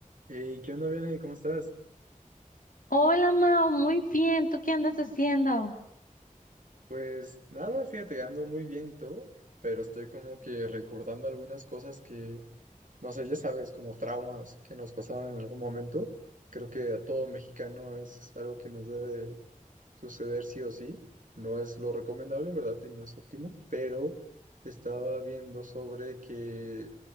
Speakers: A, on the right; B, on the left.
A: Hey, ¿qué onda, Bele? ¿Cómo estás?
B: Hola Mao, muy bien. ¿Tú qué andas haciendo?
A: Pues nada, fíjate, ando muy bien y todo, pero estoy como que recordando algunas cosas que, no sé, ya sabes, como traumas que nos pasaron en algún momento. Creo que a todo mexicano es algo que nos debe suceder sí o sí. No es lo recomendable, ¿verdad? Y no es óptimo, pero estaba viendo sobre que